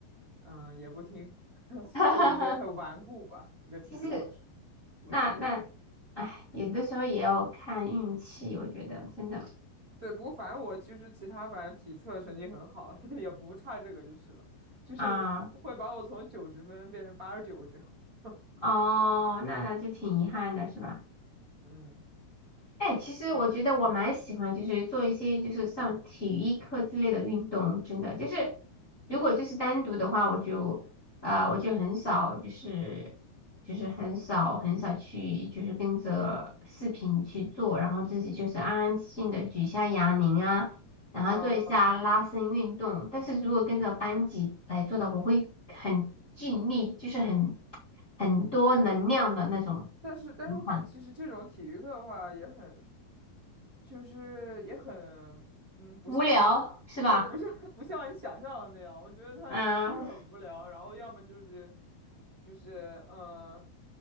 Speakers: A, on the right; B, on the left.
A: 嗯，也不听，<laughs> 所以就觉得很顽固吧，
B: <laughs>
A: 一个体育老师。
B: 其实那那，哎，有的时候也要看运气，我觉得真的
A: 对，不过反正我其实其他，反正体测成绩很好，<laughs> 也不差这个就是了，就是会把我从九十分变成八十九这样。
B: 啊。
A: <laughs>
B: 哦，那那就挺遗憾的，是吧？
A: 嗯，
B: 哎，其实我觉得我蛮喜欢，
A: 是，
B: 就是做一些就是上体育课之类的运动，真的就是如果就是单独的话，我就呃我就很少就是就是很少很少去就是跟着视频去做，然后自己就是安安静静的举一下哑铃啊，然后做一下拉伸运动。
A: 啊、
B: 但是如果跟着班级来做的，我会很尽力，就是很很多能量的那种
A: 但是但是我感觉其实这种体育课的话也很，
B: 情况，
A: 就是也很，嗯，不像，
B: 无聊是吧？
A: 对，不像 <laughs> 不像你想象的那样。我觉得他就是很无聊，
B: 嗯
A: 然后要么就是就是嗯，